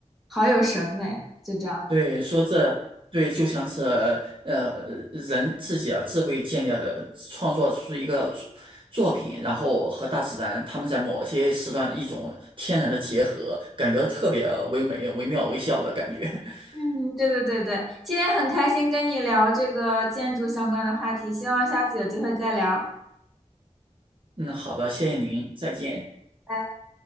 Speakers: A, in the centre; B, on the right.
A: 好有审美，就这样子。
B: 对，说这对就像是呃人自己啊智慧建立了创作出一个作作品，然后和大自然他们在某些时段一种天然的结合，感觉特别唯美、惟妙惟肖的感觉。<laughs>
A: 嗯，对对对对，今天很开心跟你聊这个建筑相关的话题，希望下次有机会再聊。
B: 嗯，好的，谢谢您，再见。
A: 拜拜